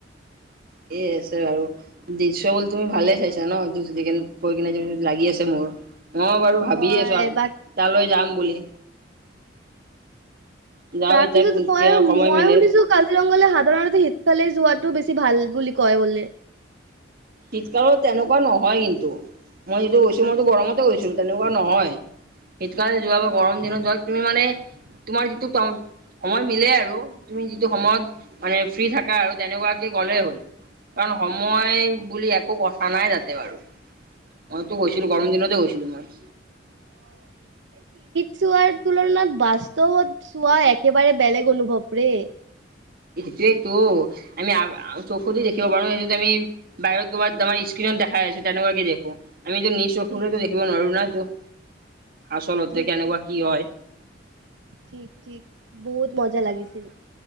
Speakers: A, on the right; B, on the right.
A: সেই আছে বাৰু দৃশ্য বোৰ তুমি ভালেই চাইছা ন' যেনেকে লাগি আছে মোৰ। মই বাৰু ভাবিয়ে
B: হয়
A: আছো
B: বা
A: তালৈ যাম বুলি। যাওঁ
B: তাৰপিছত
A: এতিয়া কেতিয়া
B: মই
A: সময়
B: মই
A: মিলে।
B: শুনিছো কালি- চিলঙলৈ সাধাৰণতে শীতকালি যোৱা টো বেছি ভাল বুলি কয় বোলে।
A: শীতকালত তেনেকুৱা নহয় কিন্তু, মই এইটো গৈছো মইতো
B: আচ্ছা
A: গৰমতে গৈছো। তেনেকুৱা নহয়। শীতকালি যোৱা,
B: অ'।
A: গৰম দিনত যোৱা তুমি মানে- তোমাৰ যিটো টাইম- সময় মিলেই আৰু তুমি যিটো সময়ত মানে ফ্ৰী থাকা আৰু তেনেকুৱাকে গ'লেই হ'ল। কাৰণ সময় বুলি একো কথা নাই তা'তে বাৰু। মইতো গৈছিলো, গৰম
B: হয়
A: দিনতে গৈছিলো মই।
B: যোৱাৰ তুলনাত বাস্তৱত চোৱা একেবাৰে বেলেগ অনুভৱ দেই।
A: সেইটোয়ে তো আমি খোধেই দেখিব পাৰো ন' সেইটো আমি বাহিৰত কৰ'বাত আমি- দেখা আছে তেনেকুৱা কে দেখো। আমিতো নিছ চকুৰে
B: ঠিক
A: দেখিব পাৰো না ত' আচলতে
B: ঠিক
A: কেনেকুৱা
B: ঠিক
A: কি হয়।
B: ঠিক ঠিক বহুত মজা লাগিছিল।